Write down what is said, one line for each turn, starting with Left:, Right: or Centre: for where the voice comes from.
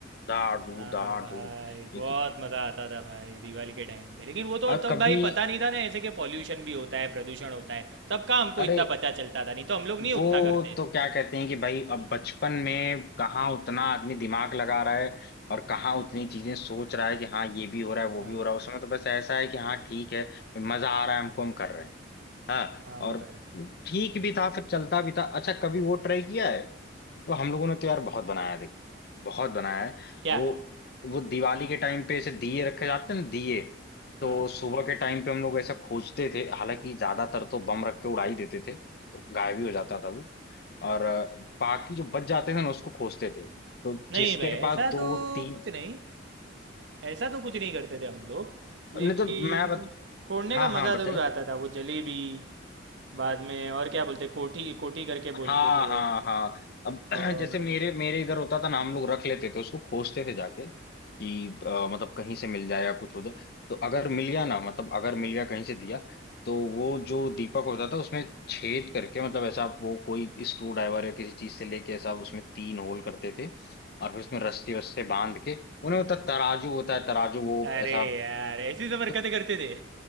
Left: दाड़ दूध
Right: हाँ
Left: दाड़
Right: भाई
Left: दूध देखिए
Right: बहुत मज़ा आता था भाई दिवाली के टाइम पे लेकिन वो तो
Left: और
Right: तब
Left: कभी
Right: भाई पता नहीं था ना ऐसे कि पॉल्यूशन भी होता है प्रदूषण होता है तब का हमको
Left: अरे
Right: इतना पता चलता था नहीं तो हम लोग नहीं
Left: वो
Right: उतना करते
Left: तो क्या कहते हैं कि भाई अब बचपन में कहाँ उतना आदमी दिमाग लगा रहा है और
Right: हम्म,
Left: कहाँ उतनी चीजें सोच रहा है कि हाँ ये भी हो रहा
Right: हाँ
Left: है वो भी हो
Right: हाँ
Left: रहा है उस समय तो बस ऐसा है कि हाँ ठीक है मजा आ रहा है हमको हम कर रहे हैं हाँ
Right: हाँ
Left: और
Right: भाई
Left: ठीक भी था फिर चलता भी था अच्छा कभी वो ट्राई किया है तो हम लोगों ने तो यार बहुत बनाया है देखो बहुत बनाया है
Right: क्या
Left: वो वो दिवाली के टाइम पे ऐसे दिए रखे जाते हैं ना दिए तो
Right: हाँ
Left: सुबह के टाइम पे हम लोग ऐसा खोजते थे हालांकि ज्यादातर तो बम रख के उड़ा ही देते थे तो गायब ही हो जाता था वो और अ, बाकी जो बच जाते थे ना उसको खोजते थे तो
Right: नहीं
Left: जिसके
Right: भाई
Left: पास
Right: ऐसा
Left: दो
Right: तो
Left: तीन
Right: कुछ नहीं ऐसा तो कुछ नहीं करते थे हम लोग लेकिन
Left: नहीं तो मैं बत...
Right: फोड़ने
Left: हाँ
Right: का मज़ा
Left: हाँ बताइए
Right: ज़रूर आता था वो जलेबी बाद में और क्या बोलते कोठी कोठी करके
Left: हाँ
Right: बोलते थे
Left: हाँ हाँ अब
Right: और
Left: <clears throat> जैसे मेरे मेरे इधर होता था ना हम लोग रख लेते थे उसको खोजते थे जाके कि अ, मतलब कहीं से मिल जाए या कुछ हो जाए तो अगर मिल गया ना मतलब अगर मिल गया कहीं से दिया तो वो जो दीपक होता था उसमें छेद करके मतलब ऐसा वो कोई स्क्रू ड्राइवर या किसी चीज से लेके ऐसा उसमें तीन होल करते थे और फिर उसमें रस्सी वस्से बांध के उन्हें होता तराजू होता है तराजू वो
Right: अरे
Left: ऐसा
Right: यार ऐसी सब हरकतें
Left: तो
Right: करते थे